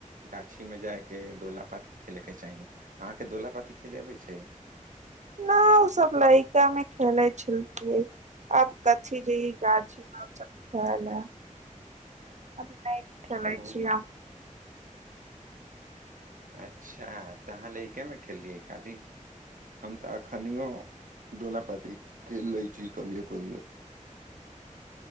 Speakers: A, on the right (about 85°); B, on the right (about 60°).
A: गाछी मे जायके दोलापाती खेलयके चाही अहाँकेँ दोलापाती खेले अबै छै
B: ओ सभ लड़िका मे खेले छलियै आब कथी जइय गाम अब नहि खेलै
A: ओ
B: छिय हम
A: अच्छा तऽ हा लकेमे खेललियै काली हम तऽ अखनो दोला पात खेल लै छी कभियो कभियो